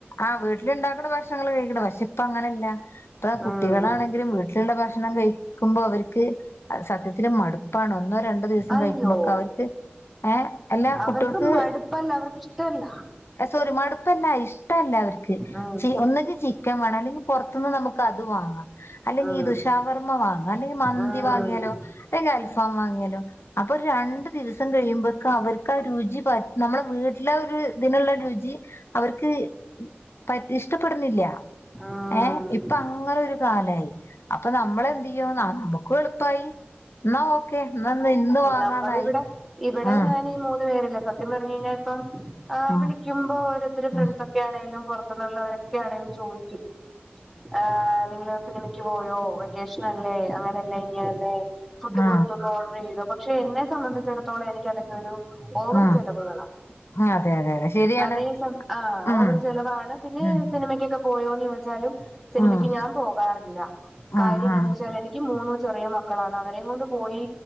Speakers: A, on the left; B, in the centre.
A: ആ വീട്ടിൽ ഉണ്ടാക്കുന്ന ഭക്ഷണൾ കഴിക്കണം പക്ഷെ ഇപ്പ അങ്ങനെല്ല ഇപ്പ കുട്ടികളാണെങ്കിൽ
B: ഉം
A: വീട്ടിലുള്ള ഭക്ഷണം കഴിക്കുമ്പോ അവർക്ക് സത്യത്തിൽ മടുപ്പാണ് ഒന്നോ രണ്ടോ ദിവ
B: അയ്യോ
A: കഴിക്കുമ്പക്കെ അവർക്ക് ഏഹ് എല്ലാ
B: അവർക്ക്
A: കുട്ട്യോൾക്ക്
B: മടുപ്പല്ല അവർക്ക് ഇഷ്ടല്ല
A: സോറി മടുപ്പല്ല ഇഷ്ടല്ല അവർക്ക്
B: ഉം
A: ച ഒന്നങ്കി ചി ൻ വേണം അല്ലെങ്കിൽ പുറത്തന്ന് നമുക്ക് അത് വാങ്ങാം അല്ലെങ്കിൽ
B: ഉം
A: ഈ ദുഷാവർമ്മ വാങ്ങ അല്ലെങ്കിൽ മന്തി
B: ഉം
A: വാങ്ങിയാലോ അല്ലെങ്കിൽ അൽഫാം വാങ്ങിയാലോ അപ്പൊ ഒരു രണ്ടു ദിവസം കഴിയുമ്പക്ക അവർക്ക് ആ രുചി നമ്മളെ വീട്ടിലെ ഒരു ഇതിനുള്ള രുചി അവർക്ക് പ ഇഷ്ടപ്പെടുന്നില്ല
B: ഉം
A: ഏഹ് ഇപ്പൊ അങ്ങന ഒരു കാലമായി അപ്പൊ നമ്മളന്തയ്യോ ന നമ്മുക്ക് എളുപ്പായി എന്നാ ഓക്കെ എന്ന ഇന്ന് വാങ്ങാന്നായി
B: നമ്മള ഇവിടെ ഇവിടെ
A: ആ
B: ഞാൻ ഈ മൂന്നു പേരല്ല സത്യം പറഞ്ഞു കഴിഞ്ഞാൽ ഇപ്പം
A: ആ
B: വിള മ്പോ ഓരോരുത്തരു ഫ്രണ്ട്സ്
A: ആ
B: ഒക്കെ ആണെങ്കും പുറത്തന്നുള്ളവരൊക്കെ ആണേലും ചോദിക്കും ആ നിങ്ങള് സിനിമക്ക് പോയോ വെക്കേഷന അല്ലേ അങ്ങ <unintelligible> ഫുഡ്
A: ആ
B: പൊർത്ത്ന്ന്
A: ആ
B: ഓർഡർ ചെയ്തോ പക്ഷെ എന്നെ സംബന്ധിച്ചിടത്തോളം എനിക്ക് അതൊക്ക ഒരു ഓവർ
A: ആ
B: ചെലവുകളാണ്
A: ആ അതെ അതെ അതെ ശരിയാണ്
B: അതേ സം ആ
A: ഉം
B: ഓവർ ചെലവാണ് പിന്നെ
A: ഉം
B: സിനിമക്യോക്കെ പോയോന്ന് ചോദിച്ചാലും സിനിമക്ക്
A: ഉം
B: ഞാൻ പോകാറില്ല കാര്യം
A: ആ
B: എന്നാന്ന്
A: ആ
B: വെച്ചാൽ എനി ഇക്കി മൂന്നു ചെറിയ മക്കളാണ് അവരേം കൊണ്ട് പോയി